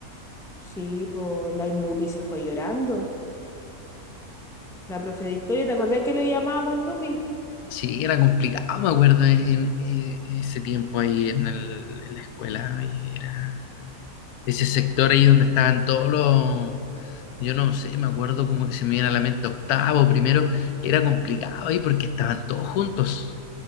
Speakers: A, in the centre; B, on the left.
A: Sí, po, la Snoopy se fue llorando. La profe de historia, ¿te acordás que le llamábamos Snoopy?
B: Sí, era complicado, me acuerdo, en, eh, ese tiempo ahí en, el- en la escuela, ahí era ese sector ahí donde estaban todos los, yo no sé, me acuerdo como que se me viene a la mente octavo, primero, era complicado ahí porque estaban todos juntos